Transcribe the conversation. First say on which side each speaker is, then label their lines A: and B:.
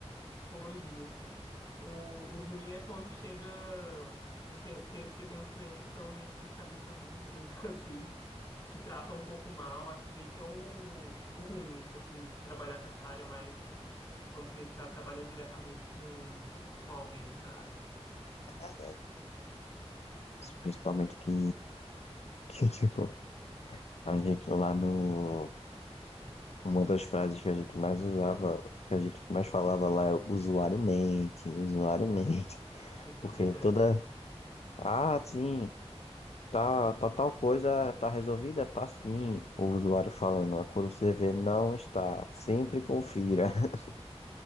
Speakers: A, on the left (about 35°); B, on the left (about 75°).
A: psicologia, assim. O, o ruim é quando chega, tipo, tem, tem, porque tem uns clientes que são meio que cabeça duras, <laughs> assim, te trata um pouco mal, acho que daí que é o, o ruim, assim, de trabalhar com essa área, mas quando você tá trabalhando diretamente com, com alguém, sabe?
B: É verdade. Principalmente que, que tipo, a gente lá no. Uma das frases que a gente mais usava, que a gente mais falava lá é usuário mente, usuário mente. <laughs>
A: <laughs>
B: Porque toda. Ah, sim, tá, tá tal coisa, tá resolvida? Tá sim. O usuário falando. Quando você vê, não está. Sempre confira. <laughs>